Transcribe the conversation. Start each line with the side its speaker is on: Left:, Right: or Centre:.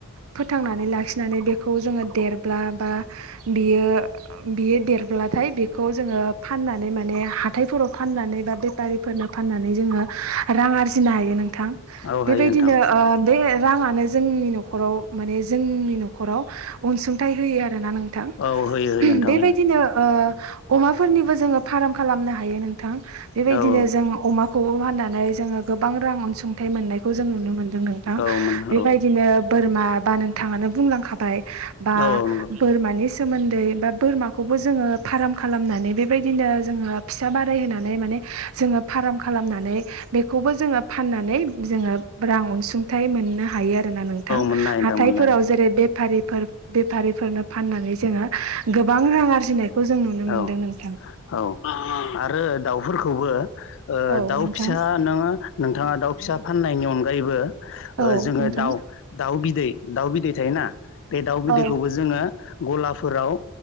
Right: फोथांनानै लाखिनानै बेखौ जोङो देरब्ला बा बियो बियो देरब्लाथाय बेखौ जोङो फाननानै माने हाथायफोराव फाननानै बा बेपारिफोरनो फाननानै जोङो रां आरजिनो हायो नों
Left: औ
Right: बेबायदिनो
Left: हायो नोंथां
Right: ओ बे राङानो जोंनि न'खराव माने जोंनि न'खराव अनसुंथाइ होयो आरो। रोना नोंथां
Left: औ होयो होयो
Right: <unintelligible>
Left: नोंथां
Right: बेबायदनो
Left: होयो
Right: ओ अमा फोरनिबो जोङो फाराम खालामनो हायो। नोंथां बेबायदिनो
Left: औ औ
Right: जों अमा खौबो फाननानै जोङो गोबां रां अनसुंथाइ मोननायखौ जों नुनो मोनो। नोंथां
Left: औ मोननो
Right: बेबायदिनो
Left: औ
Right: बोरमा बा नोंथाङानो बुंलांखाबाय बा
Left: औ औ नंगौ औ
Right: बोरमानि सोमोनदै बा बोरमाखौबो जोङो फार्म खालामनानै बेबायदिनो जोङो फिसा बारायहोनानै माने जोङो फाराम खालामनानै बेखौबो जोङो फाननानै जोङो रां अनसुंथाइ मोननो हायो आ ना नोंथां
Left: मोननो हायो नोंथां
Right: हाथायफोराव
Left: मोननो हायो औ
Right: जेरै बेफारिफोर बेफारिफोरनो फाननानै जोङो गोबां रां आरजिनायखौ जों नुनो मोनदों
Left: औ
Right: नों
Left: औ आरो दाउफोरखौबो ओ
Right: औ
Left: दाउ
Right: नोंथां
Left: फिसा नोङो नोंथाङा दाउ फिसा फाननायनि अनगायैबो
Right: औ
Left: ओ जोङो
Right: नोंथां
Left: दाउ दाउ बिदै दाउ बिदै थायोना बे दाउ बिदैखौबो
Right: औ
Left: जोङो ग'लाफोराव